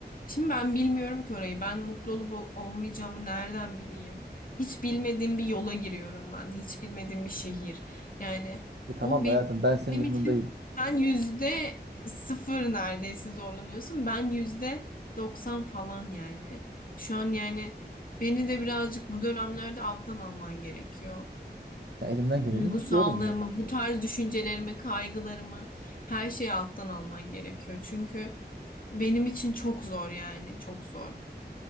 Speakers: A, on the left; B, on the right.
A: şimdi ben bilmiyorum ki orayı. Ben mutlu olup ol- olmayacağımı nereden bileyim? Hiç bilmediğim bir yola giriyorum ben de. Hiç bilmediğim bir şehir. Yani
B: E tamam
A: bu benim
B: da hayatım ben senin yanındayım.
A: için sen yüzde sıfır neredeyse zorlanıyorsun. Ben yüzde doksan falan yani. Şu an yani beni de birazcık bu dönemlerde alttan alman gerekiyor.
B: Ya elimden geleni
A: Duygusallığımı,
B: yapıyorum zaten.
A: bu tarz düşüncelerimi, kaygılarımı, her şeyi alttan alman gerekiyor. Çünkü benim için çok zor yani, çok zor.